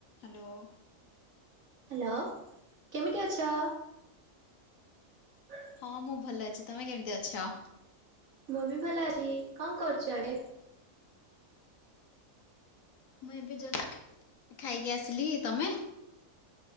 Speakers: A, on the left; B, on the right.
A: Hello.
B: Hello କେମିତି ଅଛ? <inaudible>
A: ହଁ ମୁଁ ଭଲ ଅଛି ତମେ କେମିତି ଅଛ?
B: ମୁଁ ବି ଭଲ ଅଛି କଣ କରୁଚ ଏବେ?
A: ମୁଁ ଏବେ ଜଷ୍ଟ ଖାଇକି ଆସିଲି ତମେ?